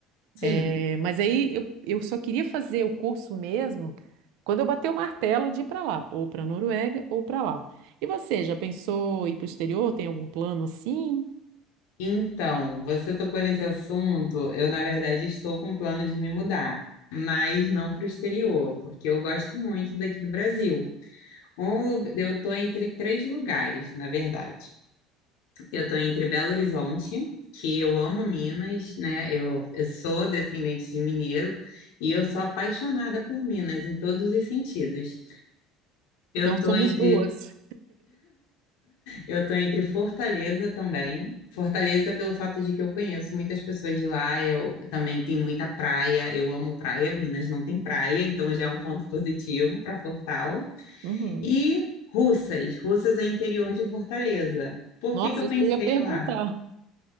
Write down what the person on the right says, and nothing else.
Eh, mas aí eu, eu só queria fazer o curso mesmo quando eu bater o martelo de ir para lá, ou para a Noruega, ou para lá. E você, já pensou em ir para o exterior? Tem algum plano assim?
Então somos
duas.
Uhum.
Nossa,
isso
que eu ia perguntar.